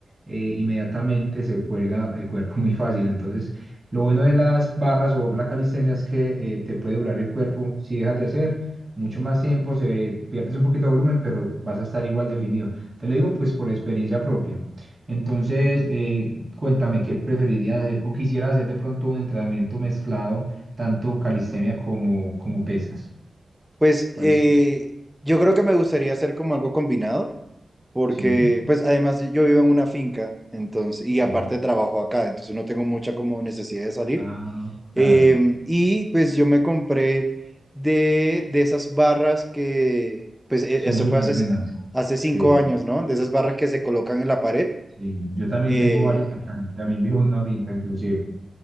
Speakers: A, on the right; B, in the centre.
A: eh, inmediatamente se cuelga el cuerpo <laughs> muy fácil. Entonces, lo bueno de las barras o la calistenia es que eh, te puede durar el cuerpo si dejas de hacer. mucho más tiempo, se pierdes un poquito de volumen, pero vas a estar igual definido. Te lo digo pues por experiencia propia. Entonces, eh, Cuéntame qué preferirías hacer o quisiera hacer de pronto un entrenamiento mezclado, tanto calistenia como, como pesas.
B: Pues
A: ¿Cuál
B: eh,
A: es? su-
B: yo creo que me gustaría hacer como algo combinado porque
A: Sí,
B: pues además yo vivo en una finca, entonces, y
A: sí.
B: aparte trabajo acá, entonces no tengo mucha como necesidad de salir.
A: Ah,
B: Eh,
A: claro.
B: y pues yo me compré de, de esas barras que, pues e-
A: Son
B: eso
A: súper
B: fue hace,
A: buenas.
B: hace cinco
A: Sí,
B: años, ¿no? De esas barras que se colocan en la pared.
A: sí. Yo también
B: Eh,
A: tengo varias acá. También vivo en una finca, inclusive.